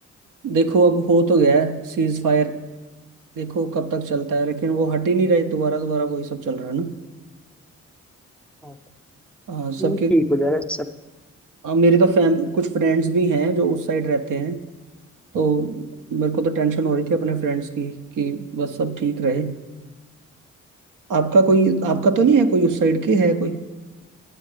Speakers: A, on the right; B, in the centre.
A: देखो अब हो तो गया है सीज फायर देखो कब तक चलता है लेकिन वो हट ही नहीं रही दोबारा दोबारा वही सब चल रहा है ना
B: हाँ,
A: आ, सबके
B: हम्म, ठीक हो जाएगा सब
A: आ, मेरे तो फैम कुछ फ्रेंड्स भी हैं जो उस साइड रहते हैं तो मेरे को तो टेंशन हो रही थी अपने फ्रेंड्स की कि बस सब ठीक रहे आपका कोई आपका तो नहीं है कोई उस साइड के है कोई